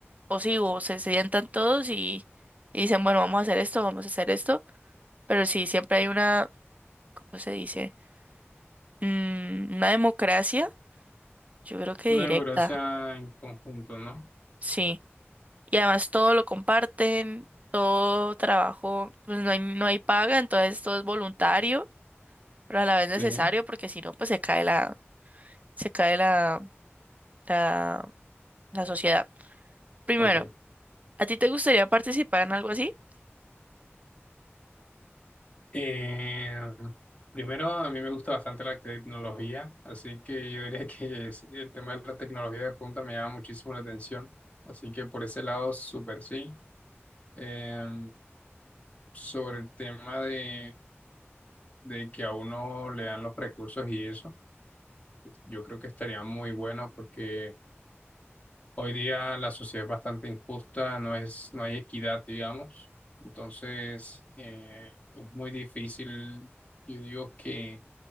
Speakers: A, on the right; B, on the left.
A: o sí, o se sientan todos y, y dicen, bueno, vamos a hacer esto, vamos a hacer esto, pero sí, siempre hay una, ¿cómo se dice? Mm, una democracia, yo creo que
B: Una
A: directa,
B: democracia en conjunto, ¿no?
A: sí. Y además todo lo comparten, todo trabajo, pues no hay, no hay paga, entonces todo es voluntario, pero a la vez necesario,
B: Sí.
A: porque si no, pues se cae la, se cae la, la, la sociedad. Primero,
B: Ok.
A: ¿a ti te gustaría participar en algo así?
B: Eh, primero, a mí me gusta bastante la tecnología, así que yo diría <laughs> que es- el tema de la tecnología de punta me llama muchísimo la atención. Así que por ese lado, súper sí. Eh, sobre el tema de, de que a uno le dan los recursos y eso, yo creo que estaría muy bueno porque Hoy día la sociedad es bastante injusta, no es, no hay equidad, digamos. Entonces, eh, es muy difícil, yo digo que,